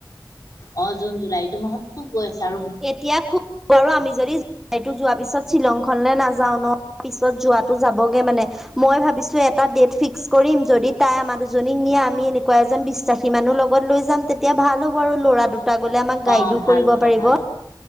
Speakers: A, on the left; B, in the centre.
A: অঁ জুন জুলাই এইটো মাহত খুব গৈ আছে, আৰু।
B: এতিয়া খুব গৰম আমি যদি,,, এটো যোৱাৰ পিছত শ্বিলংখনলৈ নাযাওঁ ন, পিছত যোৱাতটো যাবগে মানে। মই ভাবিছো এটা ডেট ফিক্স কৰিম, যদি তাই আমাৰ দুজনীক নিয়ে। আমি এনেকুৱা এজন বিশ্বাসী। সিমানো লগত লৈ যাম তেতিয়া ভাল হ'ব, আৰু ল'ৰা দুটা গ'লে আমাক
A: অ
B: গাইডো
A: ভাল
B: কৰিব
A: হ'ব
B: পাৰিব।
A: ভাল হ'ব